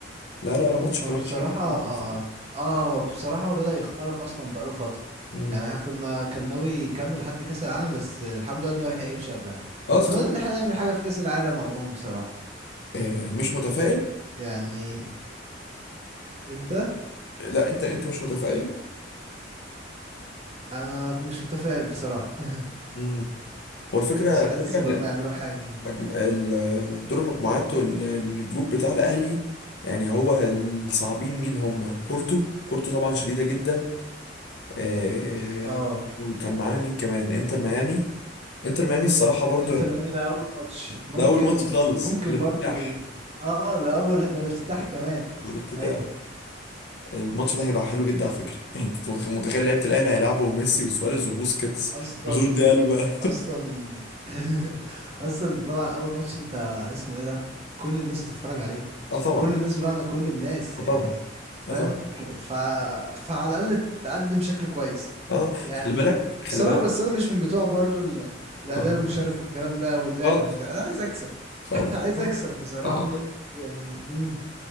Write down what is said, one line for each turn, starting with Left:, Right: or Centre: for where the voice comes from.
Left: لا لا لا ماتش كان
Right: هو بصراحة
Left: وحش جدا جدا الصراحة
Right: اه بصراحة بدأ يخرف أصلا بقاله فترة
Left: مم.
Right: يعني احنا كنا كان ناوي يكمل حد كأس العالم بس الحمد لله إنه هو لحق يمشي قبلها
Left: اه
Right: أتمنى
Left: الصراحة
Right: إن احنا نعمل حاجة في كأس العالم عموما بصراحة
Left: آه، مش متفائل
Right: يعني أنت
Left: آه، لا انت انت مش متفائل
Right: أنا مش متفائل بصراحة <laughs>
Left: مم. هو الفكرة
Right: مش حاسس
Left: الفكرة
Right: إن هم يعملوا حاجة يعني.
Left: مجم... ال- الدور المجموعات والجروب بتاع الأهلي يعني هو الصعبين مين هم بورتو بورتو طبعا شديدة جدا آه،
Right: اه
Left: وكان معانا مين كمان انتر ميامي انتر ميامي الصراحة برضو
Right: انتر
Left: يعني
Right: ميامي ده أول ماتش ممكن
Left: ده أول ماتش خالص
Right: ممكن
Left: الافتتاح
Right: برضو اه ده أول ده الافتتاح كمان
Left: الافتتاح
Right: أيوه
Left: الماتش ده هيبقى حلو جدا على فكرة يعني انت متخ- متخيل لعيبة الأهلي هيلعبوا ميسي وسواريز وبوسكيتس
Right: اصلا
Left: وجوردي ألبا
Right: اصلا <laughs> اصلا ده طبعا اول ماتش انت اسمه ايه ده كل الناس هتتفرج عليه
Left: اه طبعا
Right: كل الناس بمعنى كل الناس
Left: اه
Right: يعني
Left: طبعا
Right: فاهم
Left: اه طبعا
Right: ف... فعلى الاقل تقدم شكل كويس
Left: اه
Right: يعني
Left: خلي بالك خلي
Right: بصراحة
Left: بالك
Right: بس انا مش من بتوع برضو ال... الاداء
Left: اه
Right: المشرف والكلام ده واللعب
Left: خالص
Right: البتاع. انا عايز اكسب <laughs>
Left: خالص
Right: عايز
Left: اه
Right: اكسب بصراحة
Left: آه والله
Right: يعني امم